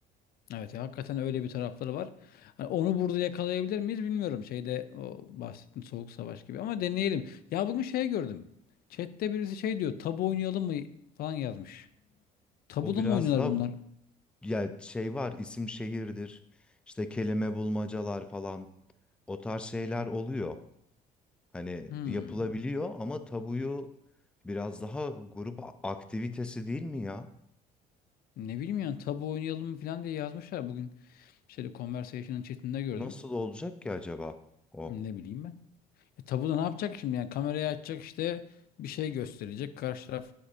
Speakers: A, on the left; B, in the centre.
A: Evet ya hakikaten öyle bir tarafları var. Hani onu burada yakalayabilir miyiz bilmiyorum. Şeyde o bahsettiğin Soğuk Savaş gibi ama deneyelim. Ya bugün şey gördüm. Chat'te birisi şey diyor. Tabu oynayalım mı falan yazmış. Tabu
B: O biraz
A: da mı oynuyorlar
B: daha
A: bunlar?
B: ya şey var isim şehirdir. İşte kelime bulmacalar falan. O tarz şeyler oluyor. Hani
A: Hmm.
B: yapılabiliyor ama tabuyu biraz daha grup a- aktivitesi değil mi ya?
A: Ne bileyim yani tabu oynayalım mı falan diye yazmışlar bugün. Şeyde Conversation'ın chat'inde gördüm.
B: Nasıl olacak ki acaba o?
A: Ne bileyim ben. E, tabuda ne yapacak şimdi? Yani kamerayı açacak işte bir şey gösterecek. Karşı taraf